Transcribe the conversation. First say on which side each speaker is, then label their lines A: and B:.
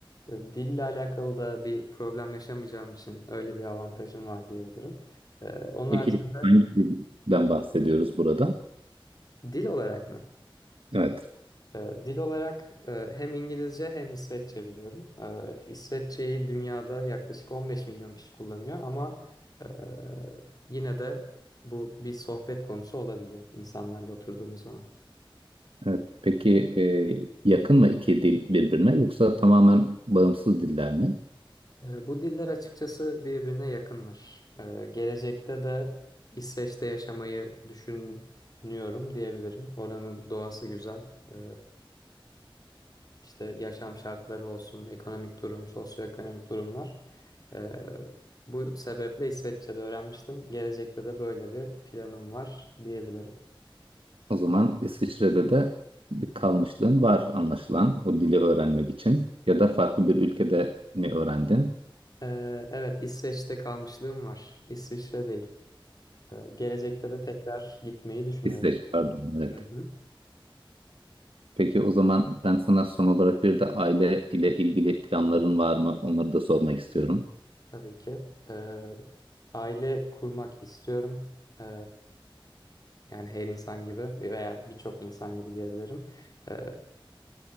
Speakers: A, on the left; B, on the right.
A: E, Dille alakalı da bir problem yaşamayacağım için öyle bir avantajım var diyebilirim. Ee, onun
B: Peki
A: haricinde
B: hangi dilden bahsediyoruz burada?
A: dil olarak mı?
B: Evet.
A: Ee, Dil olarak e, hem İngilizce hem İsveççe biliyorum. Ee, İsveççeyi dünyada yaklaşık 15 milyon kişi kullanıyor ama e, yine de bu bir sohbet konusu olabiliyor insanlarla oturduğumuz zaman.
B: Evet. Peki e, yakın mı iki dil birbirine yoksa tamamen bağımsız diller mi?
A: Ee, Bu diller açıkçası birbirine yakınlar. Ee, Gelecekte de İsveç'te yaşamayı düşünüyorum diyebilirim. Oranın doğası güzel. Ee, İşte yaşam şartları olsun, ekonomik durum, sosyoekonomik durumlar. Ee, bu sebeple İsveççe'de öğrenmiştim. Gelecekte de böyle bir planım var diyebilirim.
B: O zaman İsviçre'de de bir kalmışlığın var anlaşılan o dili öğrenmek için ya da farklı bir ülkede mi öğrendin?
A: Ee, evet, İsveç'te kalmışlığım var. İsviçre değil. Ee, gelecekte de tekrar gitmeyi düşünüyorum.
B: İsveç pardon evet.
A: Hı hı.
B: Peki o zaman ben sana son olarak bir de aile ile ilgili planların var mı? Onları da sormak istiyorum.
A: Tabii ki. Ee, aile kurmak istiyorum. Ee, yani her insan gibi veya birçok insan gibi diyebilirim. Ee,